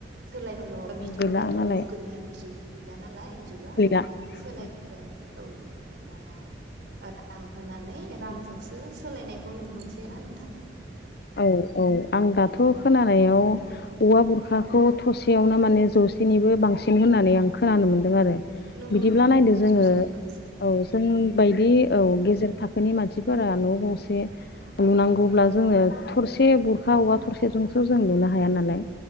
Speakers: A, on the right; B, on the left.
A: सोलाय सोल' बिथलनायथ'
B: गैला नालाय
A: गैला गैला नालाय जुगा
B: गैला
A: सोलायबो
B: औ
A: बाय औ दा रां होनानै रांजोंसो
B: औ
A: सोलायनायखौ नुनो मोनसै ना नोंथां?
B: औ
A: दा
B: औ आं दाथ' खोनानायाव औवा बुरखाखौ
A: औ
B: थसेयावनो माने जौसेनिबो बांसिन होननानै खोनानो
A: औ
B: मोनदों
A: नंगौ
B: आरो
A: नोंथां नंगौ
B: बिदिब्ला
A: नोंथां
B: नायदो
A: नंगौ
B: जोङो
A: जौसेनि बांसिन
B: औ जों बायदि औ गेजेर थाखोनि मानसिफोरा न' गंसे लुनांगौब्ला जोङो थरसे बुरखा औवा थरसेजोंसो जों लुनो
A: औ
B: हाया
A: न
B: नालाय